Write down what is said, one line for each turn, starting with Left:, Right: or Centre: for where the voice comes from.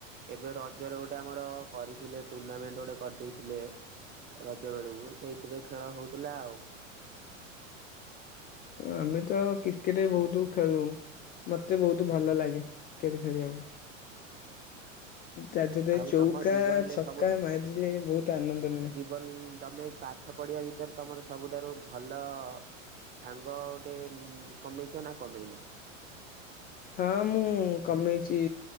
Right: ଏବେ ରଜରେ ଗୋଟେ ଆମର କରିଥିଲେ ଟୁର୍ଣ୍ଣାମେଣ୍ଟ ଗୋଟେ କରିଦେଇଥିଲେ। ରଜ ବେଳକୁ ସେଇଥିରେ ଖେଳ ହଉଥିଲା ଆଉ।
Left: ଆମେ ତ କ୍ରିକେଟ ବହୁତ ଖେଳୁ। ମତେ ବହୁତ ଭଲ ଲାଗେ କ୍ରିକେଟ ଖେଳିବାକୁ।
Right: <inaudible>
Left: ତା ଦେହରେ
Right: ଆଉ
Left: ଚଉକା
Right: ତମ ଜୀବନରେ
Left: ଛକା
Right: ସବୁ
Left: ମାରିଲେ ବହୁତ ଆନନ୍ଦ ମିଳେ।
Right: <unintelligible> ତମେ ପାଠ ପଢିବା ଭିତରେ ତମର ସବୁଠାରୁ ଭଲ ସାଙ୍ଗ ଗୋଟେ ଉମୁ କମେଇଛ ନା କମେଇନା।
Left: ହଁ ମୁଁ କମେଇଛି